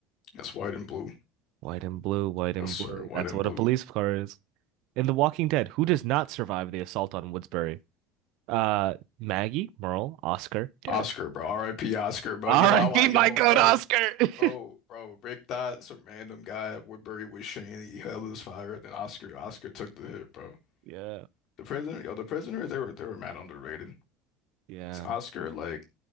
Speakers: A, on the left; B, on the right.
A: That's white and blue.
B: white and blue, white and
A: Yes, sir.
B: blue.
A: White
B: That's
A: and
B: what
A: blue.
B: a police car is. In The Walking Dead, who does not survive the assault on Woodsbury? Uh, Maggie, Merle, Oscar, Daryl.
A: Oscar, bro. R.I.P. Oscar, bro.
B: All
A: Yo,
B: right,
A: I,
B: be
A: yo,
B: my goat,
A: bro,
B: Oscar.
A: bro,
B: <laughs>
A: bro. Rick thought some random guy at Woodbury was Shane. He held his fire, and then Oscar, Oscar took the hit, bro.
B: Yeah,
A: The prisoner, yo, the prisoner. They were, they were mad underrated.
B: yeah.
A: So Oscar, like,